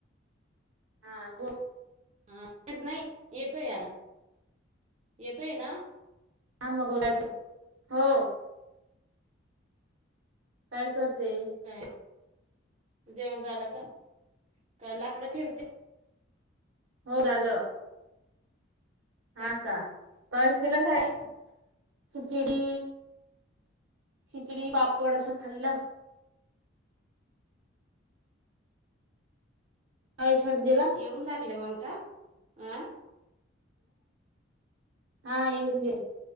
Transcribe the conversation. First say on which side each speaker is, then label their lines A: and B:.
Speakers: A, on the right; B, on the right.
A: हा बोल.
B: हा नाही येतोय यारा येतोय ना.
A: हां मग बोलाय, ग हो. काय करते.
B: काय जेवण झालं का काय लाकडं ठेवते?
A: हो झालं. हा
B: काय
A: का पळत गेला शाळेत
B: काय
A: खिचडी खिचडी पापड असं खाल्लं. शाळेत गेला
B: येऊन लागले मग का आं?
A: हां येऊन घे